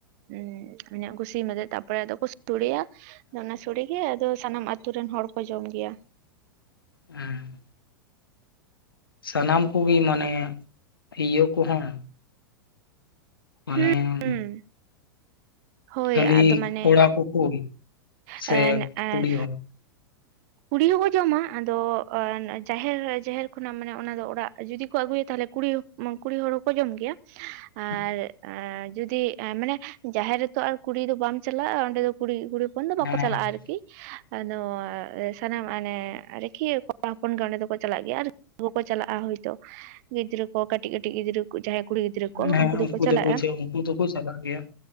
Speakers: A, on the right; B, on the left.
A: ᱮᱸᱜ ᱢᱟᱱᱮ ᱥᱤᱢ ᱵᱮᱨᱮᱫ ᱛᱟᱯᱚᱨᱮ ᱟᱫᱚ ᱠᱩ ᱛᱩᱲᱤᱭᱟ ᱚᱱᱟ ᱥᱚᱲᱮ ᱜᱮ ᱟᱫᱚ ᱥᱟᱱᱟᱢ ᱟᱛᱩ ᱨᱮᱱ ᱦᱚᱲ ᱠᱚ ᱡᱚᱢ ᱜᱮᱭᱟ᱾
B: ᱦᱮᱸ ᱥᱟᱱᱟᱢ ᱠᱚᱜᱤ ᱢᱟᱱᱮ ᱤᱭᱟᱹ ᱠᱚᱦᱚᱸ ᱢᱟᱱᱮ
A: ᱦᱩᱸ ᱦᱩᱸ ᱦᱳᱭ
B: ᱠᱷᱟᱹᱞᱤ
A: ᱟᱫᱚ ᱢᱟᱱᱮ
B: ᱠᱚᱲᱟ ᱠᱩᱠᱩ ᱥᱮ
A: ᱮᱸ ᱮᱸ
B: ᱠᱩᱲᱤ ᱦᱚᱸ
A: ᱠᱩᱲᱤ ᱦᱚᱸᱠᱚ ᱡᱚᱢᱟ ᱟᱫᱚ ᱮᱸᱜ ᱡᱟᱦᱮᱨ ᱡᱟᱦᱮᱨ ᱠᱷᱚᱱᱟᱜ ᱢᱟᱱᱮ ᱚᱱᱟ ᱫᱚ ᱚᱲᱟᱜ ᱡᱩᱫᱤ ᱠᱚ ᱟᱹᱜᱩᱭᱟ ᱛᱟᱦᱚᱞᱮ ᱠᱩᱲᱤ ᱩᱢᱟᱝ ᱠᱩᱲᱤ ᱦᱚᱲ ᱦᱚᱠᱚ ᱡᱚᱢ ᱜᱮᱭᱟ
B: <inaudible>
A: ᱟᱨ ᱮᱸᱜ ᱡᱩᱫᱤ ᱮᱜ ᱢᱟᱱᱮ ᱡᱟᱦᱮᱨ ᱨᱮᱛᱚ ᱟᱨ ᱠᱩᱲᱤ ᱫᱚ ᱵᱟᱢ ᱪᱟᱞᱟᱜᱼᱟ ᱚᱸᱰᱮ ᱫᱚ ᱠᱩᱲᱤ ᱠᱩᱲᱤ ᱠᱚᱱ ᱫᱚ ᱵᱟᱠᱚ
B: ᱦᱮᱸ
A: ᱪᱟᱞᱟᱜᱼᱟ ᱟᱨᱠᱤ ᱟᱫᱚ ᱥᱟᱱᱟᱢ ᱢᱟᱱᱮ ᱟᱨᱠᱤ ᱠᱚᱲᱟ ᱦᱚᱯᱚᱱ ᱜᱮ ᱚᱸᱰᱮ ᱫᱚᱠᱚ ᱪᱟᱞᱟᱜ ᱜᱮᱭᱟ ᱟᱨᱠᱚ ᱪᱟᱞᱟᱜᱼᱟ ᱦᱳᱭᱛᱳ ᱜᱤᱫᱽᱨᱟᱹ ᱠᱚ ᱠᱟᱹᱴᱤᱡ ᱠᱟᱹᱴᱤᱡ ᱜᱤᱫᱽᱨᱟᱹ ᱡᱟᱦᱟᱸᱭ ᱠᱩᱲᱤ ᱜᱤᱫᱽᱨᱟᱹ ᱠᱚ
B: ᱦᱮᱸ
A: ᱩᱱᱠᱩ ᱫᱚᱠᱚ ᱪᱟᱞᱟᱜᱼᱟ
B: ᱪᱮᱫ ᱩᱱᱠᱩ ᱫᱚᱠᱚ ᱪᱟᱞᱟᱜ ᱜᱮᱭᱟ